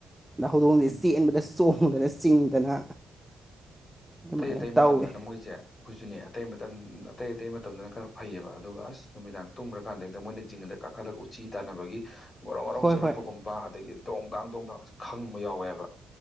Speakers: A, in the centre; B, on the left.
A: ꯍꯧꯗꯣꯡꯁꯦ
B: ꯎꯝ
A: ꯆꯦꯟꯕꯗ ꯆꯣꯡꯗꯅ ꯆꯤꯡꯗꯅ ꯑꯗꯨꯃꯥꯏꯅ
B: ꯑꯇꯩ ꯑꯇꯩ ꯃꯇꯝꯗꯅ
A: ꯇꯧꯋꯦ
B: ꯃꯣꯏꯁꯦ ꯑꯩꯈꯣꯏꯁꯨꯅꯦ ꯑꯇꯩ ꯃꯇꯝ ꯑꯇꯩ ꯑꯇꯩ ꯃꯇꯝꯗꯅ ꯈꯔ ꯐꯩꯑꯕ ꯑꯗꯨꯒ ꯑꯁ ꯅꯨꯃꯤꯗꯥꯡ ꯇꯨꯡꯈ꯭ꯔ ꯑꯗꯨ ꯀꯟꯗꯥ ꯃꯣꯌꯅ ꯖꯤꯡ ꯒꯗ ꯀꯈꯠꯂꯒꯥ ꯆ ꯇꯥꯟꯅꯕꯒꯤ ꯉꯔꯧ ꯉꯔꯧ
A: ꯍꯣꯏ
B: ꯆꯦꯜꯂꯛꯄꯒꯨꯝꯕ
A: ꯍꯣꯏ
B: ꯑꯗꯒꯤ ꯗꯣꯡꯗꯥꯥꯡ ꯗꯣꯡꯗ ꯑꯁ ꯈꯪꯕ ꯌꯥꯎꯋꯦꯕ